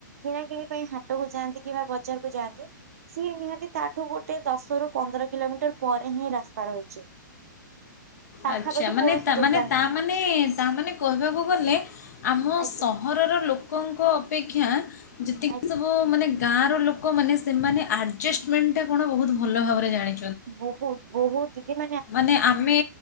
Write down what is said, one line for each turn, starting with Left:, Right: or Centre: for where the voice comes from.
Right: କିଣା କିଣି ପାଇଁ ହାଟକୁ ଯାଆନ୍ତି କିମ୍ବା ବଜାରକୁ ଯାଆନ୍ତି ସି ନିହାତି ତାଠୁ ଗୋଟେ ଦଶ ର ପନ୍ଦର କିଲୋମିଟର ପରେ ହିଁ ରାସ୍ତା ରହିଛି। ପାଖାପାଖି
Left: ଆଚ୍ଛା ମାନେ
Right: କୌଣସି ଦୋକାନ
Left: ମାନେ ତା
Right: ନାହିଁ
Left: ମାନେ ତା ମାନେ କହିବାକୁ ଗଲେ ଆମ
Right: ଆଜ୍ଞା
Left: ସହରର ଲୋକ ଲୋକଙ୍କ ଅପେକ୍ଷା ଯେତିକି
Right: ଆଜ୍ଞା
Left: ସବୁ ମାନେ ଗାଁର ଲୋକମାନେ ସେମାନେ ଆଡ଼ଜଷ୍ଟମେଣ୍ଟଟା କଣ ବହୁତ ଭଲ ଭାବରେ ଜାଣି
Right: ବହୁତ ବହୁତ ଦିଦି
Left: ମାନେ ଆମେ